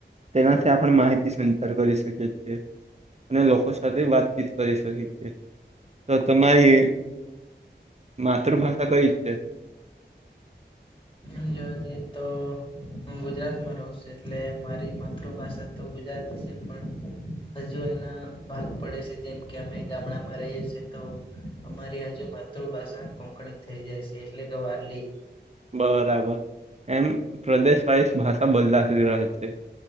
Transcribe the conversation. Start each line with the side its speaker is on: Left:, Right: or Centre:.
Right: તેનાથી આપણે માહિતી સંચાર કરીશ શકીએ છે અને લોકો સાથે વાતચીત કરી શકીએ છે. તો તમારી માતૃભાષા કઈ છે?
Left: એમ જોવા જઈએ તો હું ગુજરાતમાં રહું છું એટલે મારી માતૃભાષા તો ગુજરાતી છે. પણ હજુ એના ભાગ પડે છે જેમ કે અમે ગામડામાં રહીએ છીએ તો અમારી હજુ માતૃભાષા કોકની થઈ જાય છે એટલે કે વારલી
Right: બરાબર એમ પ્રદેશ વાઇસ ભાષા બદલાતી રહે છે.